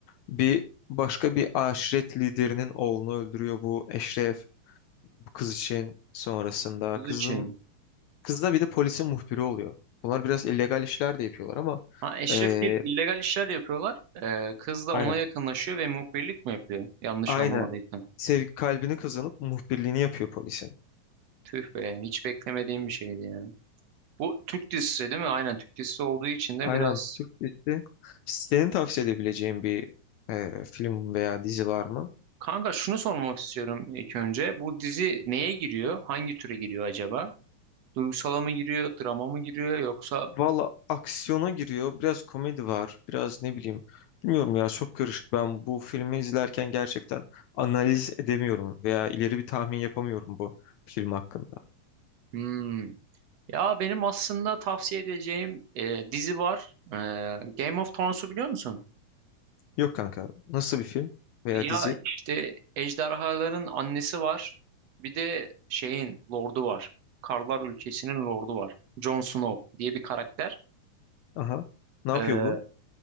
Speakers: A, on the left; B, on the right.
A: Bir başka bir aşiret liderinin oğlunu öldürüyor bu Eşref bu kız için sonrasında.
B: Kız
A: Kızın
B: için.
A: kız da bir de polisin muhbiri oluyor. Bunlar biraz illegal işler de yapıyorlar ama
B: Ha Eşrefgil
A: e,
B: illegal işler yapıyorlar. Ee, kız da
A: aynen
B: ona yakınlaşıyor ve muhbirlik mi yapıyor? Yanlış
A: aynen
B: anlamadıysam.
A: sev kalbini kazanıp muhbirliğini yapıyor polisin.
B: Tüh be hiç beklemediğim bir şeydi ya. Bu Türk dizisi değil mi? Aynen Türk dizisi olduğu için de
A: Aynen
B: biraz...
A: Türk dizisi. Senin tavsiye edebileceğin bir e, film veya dizi var mı?
B: Kanka şunu sormak istiyorum ilk önce. Bu dizi neye giriyor? Hangi türe giriyor acaba? Duygusala mı giriyor? Drama mı giriyor? Yoksa...
A: Valla aksiyona giriyor. Biraz komedi var. Biraz ne bileyim. Bilmiyorum ya çok karışık. Ben bu filmi izlerken gerçekten analiz edemiyorum veya ileri bir tahmin yapamıyorum bu film hakkında.
B: Hmm. Ya benim aslında tavsiye edeceğim e, dizi var. E, Game of Thrones'u biliyor musun?
A: Yok kanka. Nasıl bir film veya
B: Ya
A: dizi?
B: işte ejderhaların annesi var. Bir de şeyin lordu var. Karlar ülkesinin lordu var. Jon Snow diye bir karakter.
A: Aha. Ne
B: Ee,
A: yapıyor bu?